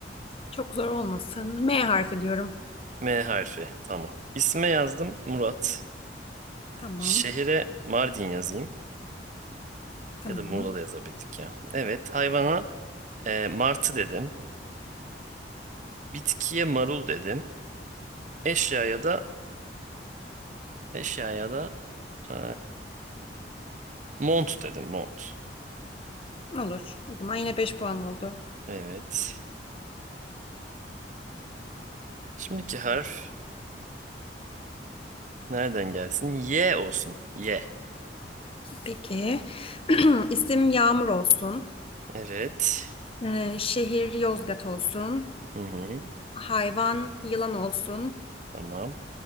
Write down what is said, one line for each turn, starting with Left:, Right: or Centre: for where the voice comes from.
Left: çok zor olmasın. M harfi diyorum.
Right: M harfi. Tamam. İsme yazdım Murat.
Left: Tamam,
Right: Şehire Mardin yazayım.
Left: tamam.
Right: Ya da Muğla da yazabildik ya. Evet. Hayvana e, martı dedim. Bitkiye marul dedim. Eşyaya da eşyaya da e, mont dedim. Mont.
Left: Olur. O zaman yine beş puan oldu.
Right: Evet. Şimdiki harf nereden gelsin? Y olsun. Y.
Left: Peki. <clears throat> İsim Yağmur olsun.
Right: Evet.
Left: Ee, şehir Yozgat olsun.
Right: Hı hı.
Left: Hayvan yılan olsun.
Right: Tamam.